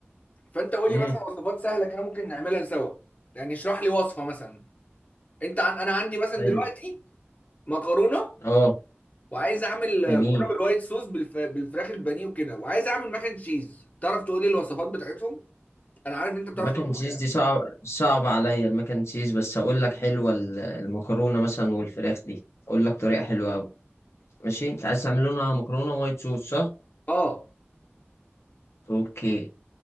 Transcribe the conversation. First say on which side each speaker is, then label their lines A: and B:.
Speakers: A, on the left (about 35°); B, on the left (about 85°).
A: فانت قول
B: امم
A: لي مثلا وصفات سهله كده ممكن نعملها سوا يعني اشرح لي وصفه مثلا انت عن... انا عندي مثلا
B: حلو
A: دلوقتي مكرونه
B: اه
A: وعايز اعمل آه،
B: جميل
A: مكرونه بالوايت صوص بالف... بالفراخ البانيه وكده وعايز اعمل ماكن تشيز تعرف تقول لي الوصفات بتاعتهم انا عارف ان انت بتعرف
B: الماك
A: تطبخ
B: اند تشيز
A: يعني
B: دي صعب صعب عليا الماك اند تشيز بس هقول لك حلوه ال- المكرونه مثلا والفراخ دي اقول لك طريقه حلوه قوي ماشي انت عايز تعمل لنا مكرونه وايت صوص صح
A: اه
B: اوكي